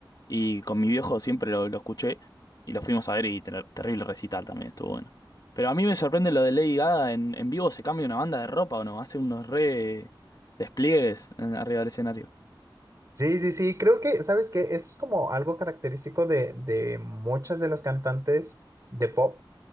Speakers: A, on the left; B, on the right.
A: Y con mi viejo siempre lo, lo escuché y lo fuimos a ver y ter- terrible recital también, estuvo bueno. Pero a mí me sorprende lo de Lady Gaga en, en vivo, se cambia una banda de ropa o no, hace unos re despliegues en- arriba del escenario.
B: Sí, sí, sí, creo que, ¿sabes qué? Es como algo característico de, de muchas de las cantantes de pop,